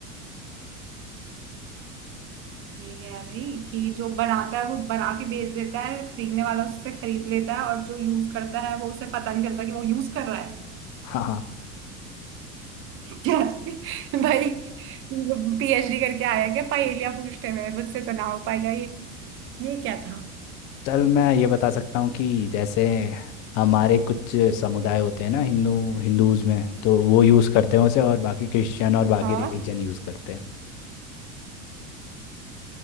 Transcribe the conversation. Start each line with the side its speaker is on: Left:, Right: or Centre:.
Right: ये क्या है भाई कि जो बनाता है वो बना के बेच देता है जो खरीदने वाला उससे खरीद लेता है और जो यूज करता है वो उसे पता नहीं चलता कि वो यूज कर रहा है
Left: हाँ हाँ
Right: <laughs> क्या भाई पीएचडी करके आया क्या पहेलियां पूछने में मुझसे तो ना हो पाएगा ये ये क्या था
Left: चल मैं ये बता सकता हूँ कि जैसे हमारे कुछ समुदाय होते हैं ना हिंदू हिंदूज में तो वो यूज़ करते हैं उसे और बाकी क्रिश्चियन और बाकी
Right: हाँ
Left: रिलीजन यूज़ करते हैं